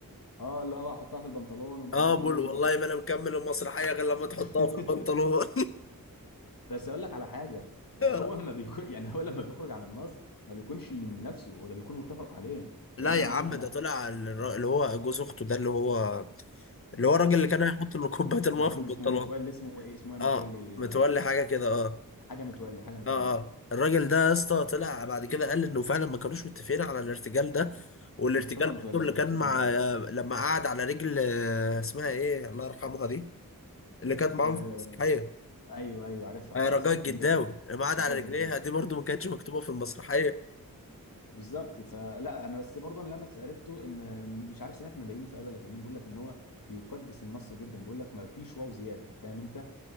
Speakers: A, on the left; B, on the left.
A: اه اللي هو احطها في البنطلون ومش
B: اه
A: عارف
B: بقول
A: ايه
B: والله
A: و...
B: ما انا مكمل المسرحية غير لما تحطها
A: <laughs>
B: في البنطلون
A: بس اقول لك على حاجه
B: <laughs>
A: هو ما بيكون <laughs> يعني هو لما بيخرج عن النص ما بيكونش من نفسه هو ده بيكون متفق عليه لان
B: لا يا
A: هو
B: عم
A: انا
B: ده طلع الر- اللي هو جوز اخته ده اللي هو اللي هو الراجل اللي كان هيحط له كوباية المية
A: محمد
B: في البنطلون
A: اسمه متولي اسمه ايه اسمه ايه متولي
B: اه متولي حاجه كده اه
A: حاجه متولي حاجه متولي
B: اه اه الراجل ده يا اسطى طلع بعد كده قال انه فعلا ما كانوش متفقين على الارتجال ده والارتجال
A: مصطفى متولي
B: برضه
A: اسمه
B: اللي كان
A: مصطفى
B: مع
A: متولي
B: آه، لما قعد على رجل آه، اسمها ايه الله يرحمها دي اللي كانت معاهم
A: آه
B: في المسرحيه
A: ايوه ايوه عارفها
B: آه،
A: عارفها
B: رجاء
A: الست
B: الجداوي
A: الكبيره
B: لما قعد
A: بجاء
B: على رجليها
A: جدا
B: دي برضه ما كانتش مكتوبه في المسرحيه
A: بالظبط فلا انا بس برضه اللي انا عرفته ان مش عارف سمعت من بيومي مش ولا كان مين بيقول لك ان هو بيقدس النص جدا بيقول لك ما فيش واو زياده فاهم انت